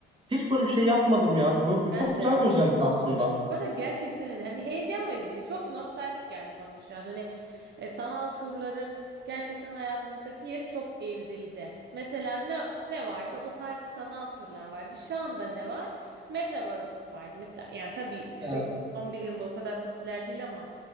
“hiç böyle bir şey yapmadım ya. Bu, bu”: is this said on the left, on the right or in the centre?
Right